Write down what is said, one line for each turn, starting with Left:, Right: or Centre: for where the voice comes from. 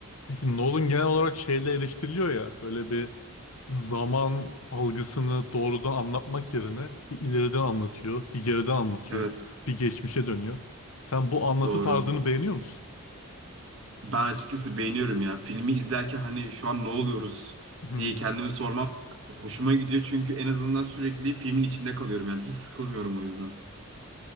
Left: Peki Nolan genel olarak şeyle eleştiriliyor ya böyle bir zaman algısını doğrudan anlatmak yerine bir ileriden anlatıyor, bir geriden anlatıyor,
Right: Evet,
Left: bir geçmişe dönüyor. Sen bu anlatı
Right: doğru.
Left: tarzını beğeniyor musun?
Right: Ben açıkçası beğeniyorum ya. Filmi izlerken hani şu an ne oluyoruz
Left: Hı.
Right: diye kendimi sormam hoşuma gidiyor çünkü en azından sürekli filmin içinde kalıyorum yani hiç sıkılmıyorum o yüzden.